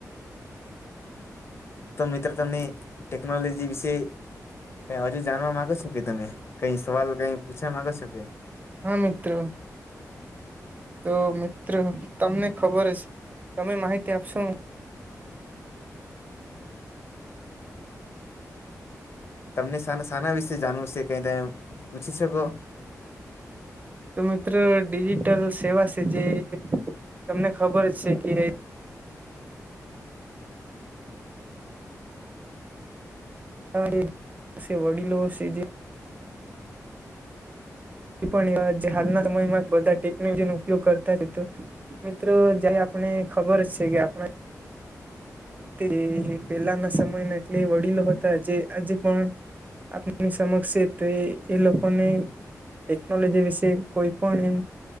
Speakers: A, on the left; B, on the right.
A: તો મિત્રો તમને ટેકનોલોજી વિશે કઈ હજુ જાણવા માંગો છો કે તમે કઈ સવાલ કઈ પૂછવા માંગો છો કે?
B: હા મિત્ર. તો મિત્રો તમને ખબર હસે તમે માહિતી આપશો.
A: તમને સાના સાના વિશે જાણવું છે કઈ તેમ પૂછી શકો.
B: તો મિત્ર ડિજિટલ સેવા છે જે તમને ખબર જ છે કે <inaudible> વડીલો સે જે <inaudible> કોઈ પણ એવા જે હાલના સમય માં બધાં ટેકનોલોજીનો ઉપયોગ કરતા તો મિત્રો જે આપણે ખબર છે કે આપણે તે પેલાના સમયના એટલે વડીલો હતા જે આજે પણ આણની સમક્ષ <unintelligible> એ લોકો ને ટેકનોલોજી વિશે કોઈ પણ એમ